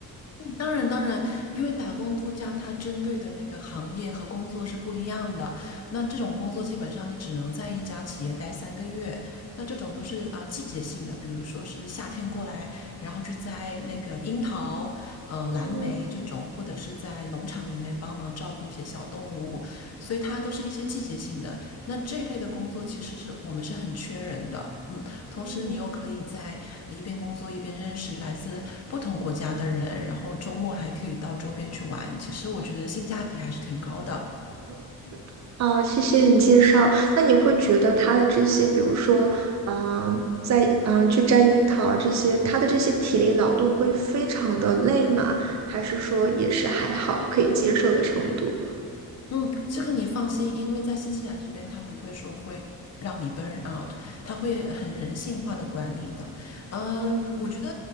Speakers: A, on the left; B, on the right.
A: 当然，当然，因为打工度假它针对的那个行业和工作是不一样的。那这种工作基本上你只能在一家企业待三个月。那这种都是啊、季节性的，比如说是夏天过来，然后去摘那个樱桃、呃蓝莓这种，
B: 嗯
A: 或者是在农场里面帮忙照顾一些小动物，所以它都是一些季节性的。那这一类的工作其实是我们是很缺人的，嗯。同时你又可以在呃一边工作一边认识来自不同国家的人，
B: 嗯
A: 然后周末还可以到周边去玩。其实我觉得性价比还是挺高的。
B: 嗯哦，谢谢你介绍。那你会觉得他的这些，比如说，嗯、在嗯、呃去摘樱桃啊这些，他的这些体力劳动会非常的累吗？还是说也是还好可以接受的程度？
A: 嗯，这个你放心，因为在新西兰这边，他不会说会让你 burn out，他会很人性化的管理的。嗯，
B: 嗯
A: 我觉得